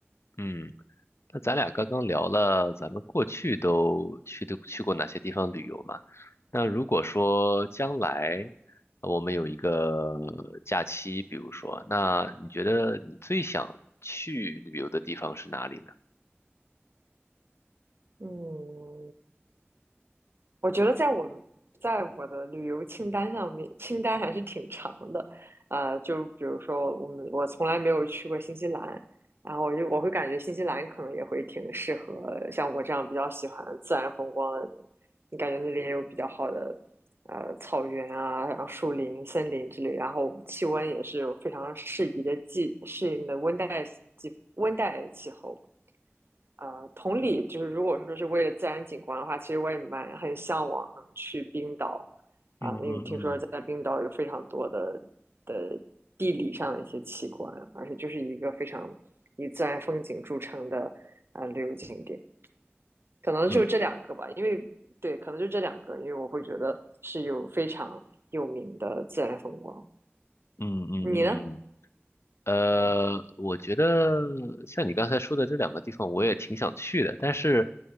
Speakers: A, on the left; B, on the right.
A: 嗯，嗯。那咱俩刚刚聊了咱们过去都去的去过哪些地方旅游嘛？那如果说将来呃我们有一个假期，比如说，那你觉得你最想去旅游的地方是哪里呢？
B: 嗯，我觉得在我们在我的旅游清单上面，清单还是挺长的。呃，就比如说我们，我从来没有去过新西兰，然后我就我会感觉新西兰可能也会挺适合像我这样比较喜欢自然风光的人。你感觉那里也有比较好的呃草原啊，然后树林、森林之类，然后气温也是有非常适宜的季适应的温带季温带气候。呃，同理，就是如果说是为了自然景观的话，其实我也蛮很向往能去冰岛
A: 嗯嗯嗯
B: 啊，因为听说在冰岛有非常多的的地理上的一些奇观，而且就是一个非常以自然风景著称的啊旅游景点，可能就这两个吧，
A: 嗯
B: 因为对，可能就这两个，因为我会觉得是有非常有名的自然风光。
A: 嗯嗯嗯。
B: 你呢？
A: 呃，我觉得像你刚才说的这两个地方，我也挺想去的，但是